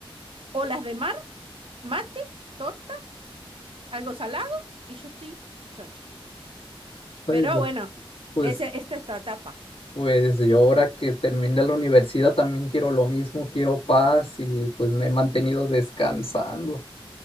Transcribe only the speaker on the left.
Pues
yo,
pues,
pues yo ahora que terminé la universidad también quiero lo mismo, quiero paz y pues me he mantenido descansando.